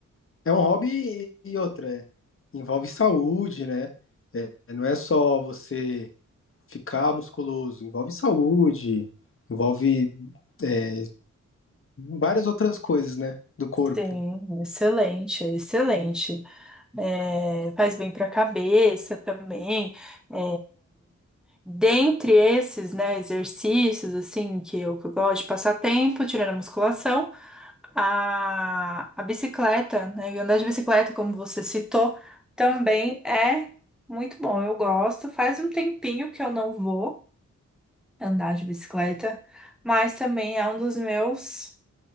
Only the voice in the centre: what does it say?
Sim, excelente, excelente. é, faz bem para a cabeça também. É, dentre esses, né, exercícios assim que eu, que eu gosto de passar tempo, tirando a musculação, a, a bicicleta, né, e andar de bicicleta, como você citou, também é muito bom. Eu gosto. Faz um tempinho que eu não vou andar de bicicleta, mas também é um dos meus